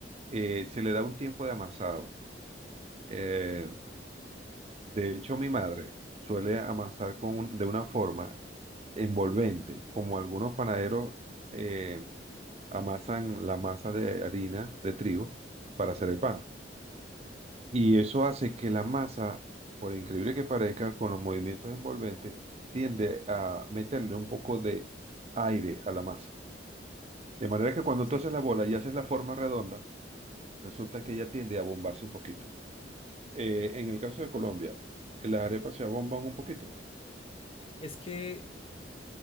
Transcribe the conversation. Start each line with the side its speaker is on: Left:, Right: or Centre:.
Right: Eh, se le da un tiempo de amasado. Eh, de hecho, mi madre suele amasar con un- de una forma envolvente, como algunos panaderos eh, amasan la masa de harina de trigo para hacer el pan. Y eso hace que la masa, por increíble que parezca, con los movimientos envolventes, tiende a meterle un poco de aire a la masa. De manera que cuando
Left: Sí.
Right: tú haces la bola y haces la forma redonda, resulta que ella tiende a bombarse un poquito. Eh, en el caso de Colombia, las arepas se abomban un poquito.
Left: Es que